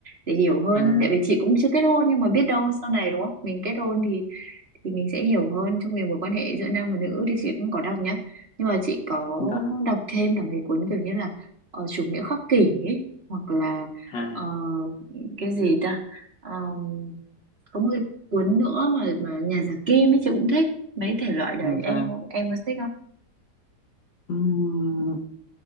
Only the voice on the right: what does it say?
để hiểu hơn
tại vì chị cũng chưa kết hôn nhưng mà biết đâu sau này đúng không mình kết hôn thì thì mình sẽ hiểu hơn trong cái mối quan hệ giữa nam và nữ thì chị cũng có đọc nhá nhưng mà chị có
đọc thêm cả mấy cuốn kiểu như là ờ, chủ nghĩa khắc kỷ ấy, hoặc là
ờ, cái gì ta Ờm, có một cái cuốn nữa mà mà nhà giả kim ấy chị cũng thích mấy thể loại đấy
em
có- em có thích không